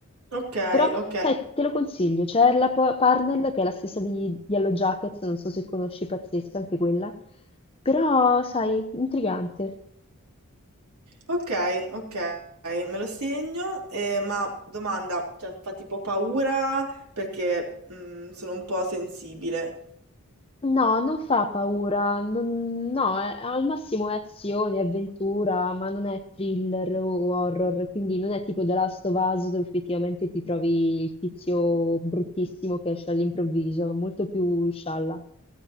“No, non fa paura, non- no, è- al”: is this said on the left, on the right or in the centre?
Left